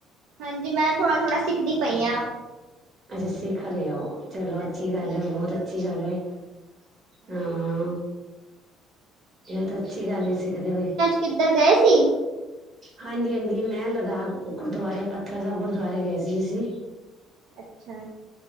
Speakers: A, on the right; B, on the right.
A: ਹਾਂਜੀ, ਮੈਂ ਥੋੜਾ-ਥੋੜਾ ਸਿੱਖਦੀ ਪਈ ਆਂ।
B: ਅੱਛਾ, ਸਿਖ ਰਏ ਓ ਚਲੋ
A: ਮੈਂ
B: ਅੱਛੀ
A: ਸਿੱਖਦੀ
B: ਗੱਲ
A: ਹਾਂ
B: ਐ,
A: ਥੋੜਾ
B: ਬੋਤ
A: ਥੋੜਾ
B: ਅੱਛੀ
A: ਖਾਣਾ
B: ਗੱਲ ਐ।
A: ਬਣਾਉਣਾ ਹਾਂਜੀ
B: ਹਾਂ ਏ ਤਾਂ ਅੱਛੀ ਗੱਲ ਐ ਸਿਖਦੇ ਪਏ।
A: ਕਿੱਦਰ ਗਏ ਸੀ?
B: ਹਾਂਜੀ-ਹਾਂਜੀ, ਮੈਂ ਲਦਾਖ ਗੁਰਦੁਆਰੇ ਪੱਥਰ ਸਾਬ ਗੁਰਦੁਆਰੇ ਗਏ ਸੀ ਅਸੀਂ।
A: ਅੱਛਾ।